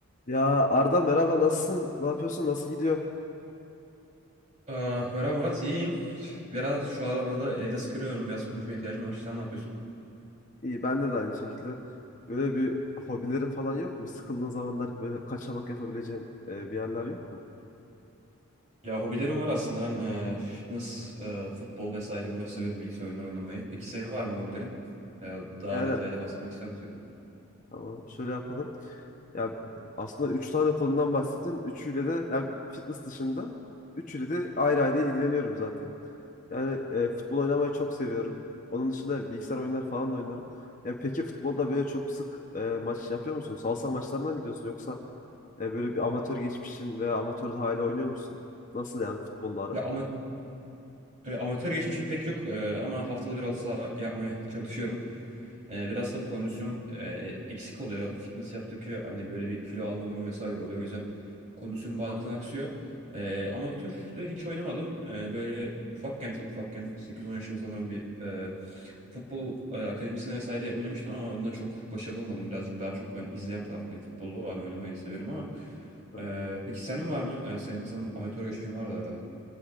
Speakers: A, on the left; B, on the right.
A: Ya Arda merhaba nasılsın? Ne yapıyorsun? Nasıl gidiyor?
B: Aa, merhaba Murat, iyiyim. Biraz şu arada evde sıkılıyorum, biraz konuşmaya ihtiyacım var. Sen ne yapıyorsun?
A: İyi ben de, de aynı şekilde. Böyle bir hobilerin falan yok mu? Sıkıldığın zamanlar böyle kaçamak yapabileceğin e, bir yerler yok mu?
B: Ya hobilerim var aslında. Ben e, fitness, e, futbol vesaire bunları severim, bilgisayar oyunları oynamayı. Peki senin var mı hobilerin? Ya daha
A: Yani
B: detaylı bahsetmek ister misin? ya da?
A: tamam şöyle yapalım. Ya aslında üç tane konudan bahsettin. Üçüyle de yani fitness dışında üçüyle de ayrı ayrı ilgileniyorum zaten. Yani e, futbol oynamayı çok seviyorum. Onun dışında bilgisayar oyunları falan da oynarım. Yani peki futbolda böyle çok sık e, maç yapıyor musun? Salsa maçlarına mı gidiyorsun yoksa E, böyle bir amatör geçmişin veya amatörde hala oynuyor musun? Nasıl yani futbollara?
B: Ya ama, e, amatör geçmişim pek yok e, ama haftada bir halı saha yapmaya çalışıyorum. Ee, biraz tabii kondisyon e, eksik oluyor. Fitness yaptıkça hani böyle bir kilo alma durumu vesaire oluyor. O yüzden kondisyonum bazen aksıyor. Ee, amatörde hiç oynamadım. Ee, böyle ufakken çok ufakken 8-10 yaşında sanırım bir e, futbol e, akademisine vesaire oynamıştım ama onunla çok başarılı olmadım. Birazcık daha çok ben izleyen taraftayım futbolu. Hani oynamayı da seviyorum ama.
A: Anladım.
B: Ee, peki senin var mı? Ee, senin sanırım amatör geçmişin vardı herhalde.